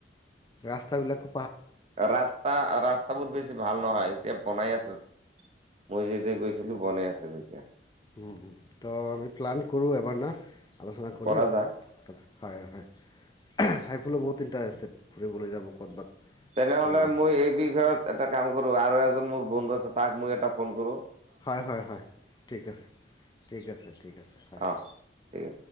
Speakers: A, on the left (about 20°); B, on the right (about 35°).
A: ৰাস্তা বিলাক
B: ৰাস্তা আ ৰাস্তা ৰাষ্টাবোৰ বেছি ভাল নহয় এতিয়া বনাই আছো মই যেতিয়া গৈছিলো বনাই আছে যে
A: উ উ ত আমি প্লান কৰোঁ এবাৰ না আলোচনা কৰি,
B: কৰা যায়।
A: তাৰপিছত। হয় হয়। চাই বলৈ বহত ইণ্টাৰেষ্টেড। ফুৰিবলৈ যাব ক'ৰবাত।
B: তেনেহলে
A: ক'ৰবাত
B: মই এই বিষয়ত এটা কাম কৰোঁ। আৰু এজন মোৰ বন্ধু আছে, তাক মই এটা ফোন কৰোঁ।
A: হয় হয় হয়। ঠিক আছে। ঠিক আছে ঠিক আছে। হয়।
B: অ ঠিক আছে